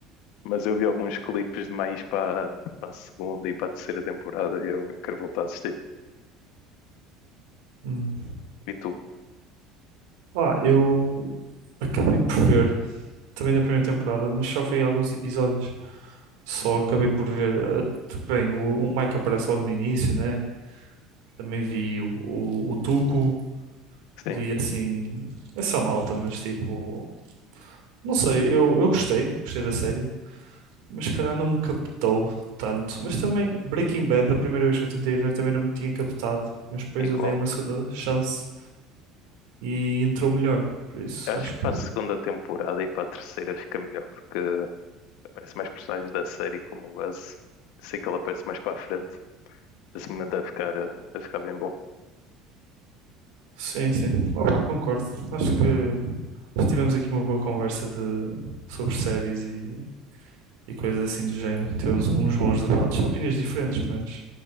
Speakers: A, on the left; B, on the right.
A: mas eu vi alguns clipes de mais para, para a segunda e para a terceira temporada e eu quero voltar a assistir.
B: Hum.
A: E tu?
B: Ah, eu acabei por ver também da primeira temporada, mas só vi alguns episódios. Só acabei por ver. eh, Bem, o, o Mike aparece logo no início, né? Também vi o, o, o Tuco,
A: Sim,
B: vi assim, essa malta, mas tipo, não sei, eu, eu gostei, gostei da série, mas se calhar não me captou tanto. Mas também Breaking Bad, da primeira vez que eu tentei ver, também não me tinha captado, mas depois
A: igual.
B: eu dei uma segunda chance e entrou melhor. Por isso,
A: Eu acho
B: acho
A: que
B: que
A: para a segunda temporada e para a terceira fica melhor, porque aparece mais personagens da série, como o Buzz. Sei que ele aparece mais para a frente. Esse momento vai ficar, eh, vai ficar bem bom.
B: sim, sim. Opa, concordo. Acho que Mas Tivemos aqui uma boa conversa de, sobre séries e, e coisas assim do género. Tivemos uns bons debates, opiniões diferentes, mas